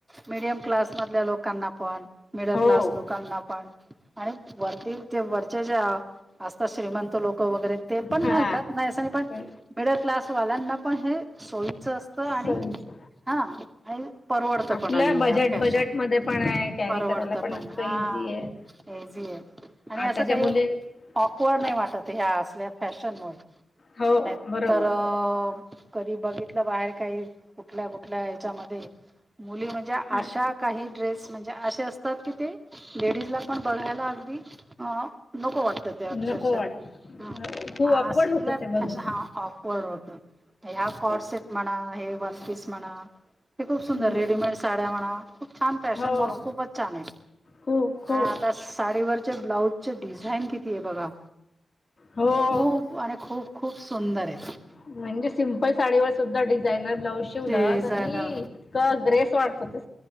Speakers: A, on the right; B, on the left.
A: मिडयम क्लासमधल्या लोक करना पण. मिडल
B: हो
A: क्लास लोकांना पण आणि वरती. वरच्या ज्या असतात, श्रीमंत लोक वगैरे ते पण
B: हां
A: घालतात, नाही असं पण
B: ते
A: मिडल क्लास वाल्यांना पण हे सोयीचं असत, आणि
B: सोयीची
A: हा आणि परवडतं
B: आपल्या
A: पण, आणि
B: बजेट
A: या फॅशन
B: बजेटमध्ये पण आहे कॅरी
A: परवडतं
B: करायला
A: पण
B: इतकं
A: हा
B: इझी आहे
A: हेजी आहे. आणि असं
B: आताच्या
A: काही
B: मुली
A: ऑकवर्ड नाही
B: आत-
A: वाटत, ह्या असल्या फॅशनमुळे
B: हो
A: नाहीतर
B: बरोबर
A: कधी बघितलं बाहेर काही कुठल्या कुठल्या हच्यामध्ये. मुली म्हणजे अशा
B: हां
A: काही ड्रेस म्हणजे असे असतात की, ते लेडीजला पण बघायला अगदी आ. नको वाटत ते अक्षरशः
B: नको वाटतं
A: हा
B: हो खूप अपवड
A: असल
B: होतं ते बघून
A: हा ऑकवर्ड होतो. ह्या कॉर्डसेट
B: तेच
A: म्हणा हे वन पीस. म्हणा. ते खूप सुंदर
B: बरं
A: रेडीमेड साड्या म्हणा, खूप छान फॅशन
B: हो
A: म्हणून खूपच छान आहे.
B: खो खो
A: आता साडीवर ते ब्लाउ अच्छा डिझाईन किती आहे बघा?
B: हो,
A: खूप आणि खूप खूप सुंदर आहे
B: म्हणजे सिंपल साडीवर सुधा डिझायनर ब्लाउज शिवलं
A: डिझायनर
B: तर ती इं ग्रेस वाटत ते.